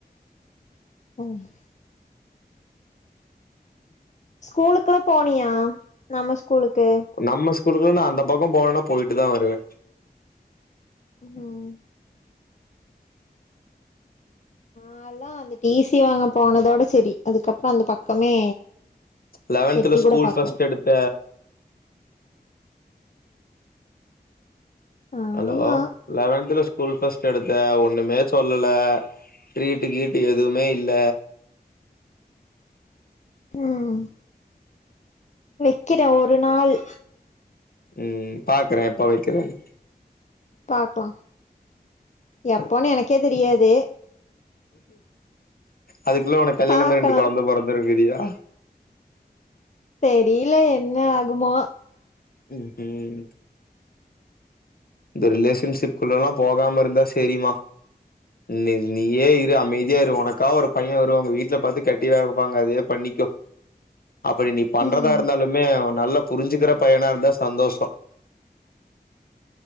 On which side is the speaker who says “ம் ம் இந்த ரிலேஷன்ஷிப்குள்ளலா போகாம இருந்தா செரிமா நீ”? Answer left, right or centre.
Left